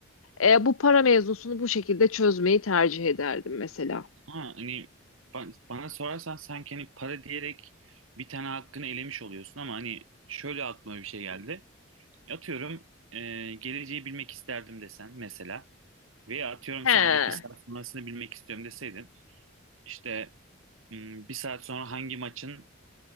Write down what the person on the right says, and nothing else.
Ha, hani ba- bana sorarsan sanki hani para diyerek bir tane hakkını elemiş oluyorsun ama hani şöyle aklıma bir şey geldi. Atıyorum e, geleceği bilmek isterdim desen mesela veya atıyorum
sadece bir saat sonrasını bilmek istiyorum deseydin işte m, bir saat sonra hangi maçın